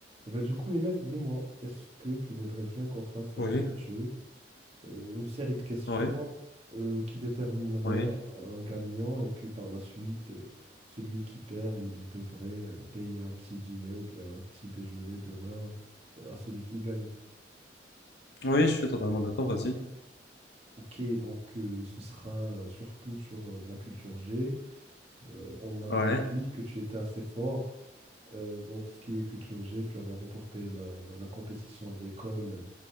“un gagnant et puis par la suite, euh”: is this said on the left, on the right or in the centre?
Right